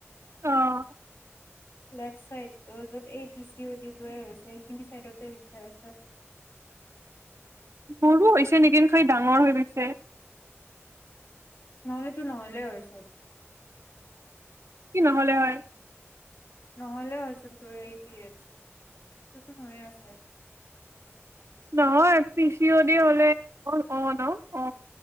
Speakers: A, on the right (about 65°); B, on the left (about 55°).
A: অ'।
B: লেফট চাইডটো। য'ত এই পি চি অ' ডিটো হৈছে এইখিনি চাইডতে বিষাই আছে।
A: মোৰো হৈছে নেকি খালী ডাঙৰ হৈ গৈছে।
B: ন'হলেতো নহলে হয় চব্।
A: কি নহলে হয়?
B: নহ'লে হয়চোন তোৰ এই পিৰিয়ড চোন। তোৰ চোন হৈয়ে আছে।
A: নহয় পি চি অ দি হলে অ'- অ' - ন! অ'।